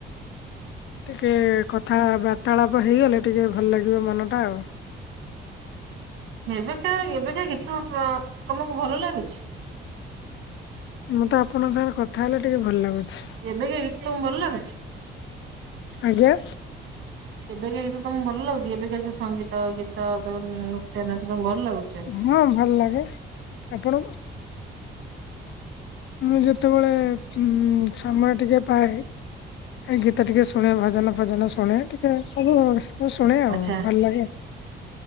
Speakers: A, on the left; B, on the right.
A: ଟିକେ କଥା ବାର୍ତ୍ତାଳାପ ହେଇଗଲେ, ଟିକେ ଭଲ ଲାଗିବ ମନଟା ଆଉ।
B: ଏବେକା ଏବେକା ଗୀତ ତମକୁ ଭଲ ଲାଗୁଛି?
A: ମୁଁ ତ ଆପଣଙ୍କ ସାଙ୍ଗରେ କଥା ହେଲେ ଟିକେ ଭଲ ଲାଗୁଛି।
B: ଏବେକା ଗୀତ ତମକୁ ଭଲ ଲାଗୁଛି?
A: ଆଜ୍ଞା?
B: ଏବେକା ଗୀତ ତମକୁ ଭଲ ଲାଗୁଚି? ଏବେକା ଯୋଉ ସଙ୍ଗୀତ, ଗୀତ, ଯୋଉ ନୃତ୍ୟ, ନାଟ ତମକୁ ଭଲ ଲାଗୁଛି?
A: ହଁ, ଭଲ ଲାଗେ। ଆପଣଙ୍କୁ? ମୁଁ ଯେତେବେଳେ ଉମ୍ ସମୟ ଟିକେ ପାଏ ଏଇ ଗୀତ ଟିକେ ଶୁଣେ, ଭଜନ ଫଜନ ଶୁଣେ, ଟିକେ ସବୁ ସୁ ଶୁଣେ ଆଉ
B: ଆଚ୍ଛା
A: ଭଲ ଲାଗେ ଆଉ।